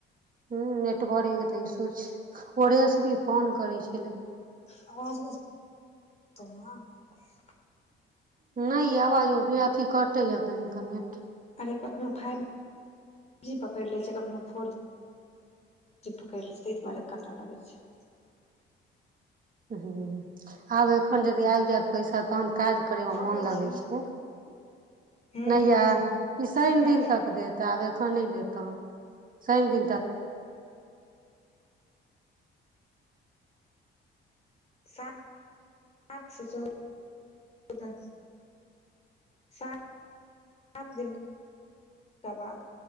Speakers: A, on the right (about 45°); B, on the left (about 35°).
A: ह नेटवरे तऽ इशू छैय ओ रेसमी भी फोन करै छलय।
B: <unintelligible>
A: नहि ये आवाज ओ अथी कटै य कनि क नेट।
B: आरे कखनो फाइव जी पकड़ लय छैय कखनो फोर जी। जे पकड़ि लैय ताहि दुआरे कटऽ लगै छैय।
A: हूं आब एखन यदि आबि जायत पैसा तहन काज करे मे
B: अबै
A: मन लगै
B: छी
A: छैय
B: ह
A: नय
B: लगै
A: यै
B: छै
A: ई शनि
B: हँ
A: दिन तक देत। त आब एखन नहि देत तहन शनि दिन तक
B: सात स <unintelligible> सात दिन के बाद।